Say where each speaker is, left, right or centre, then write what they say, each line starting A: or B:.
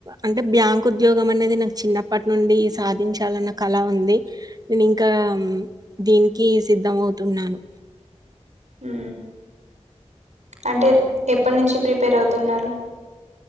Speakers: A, on the right; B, on the right.
A: అంటే బ్యాంక్ ఉద్యోగం అనేది నాకు చిన్నప్పటి నుండి సాధించాల న్న కలా ఉంది నేను ఇంకా దీనికి సిద్ధం అవుతున్నాను
B: ఉ అంటే ఎప్పటి నుంచి ప్రిపేర్ అవుతున్నారు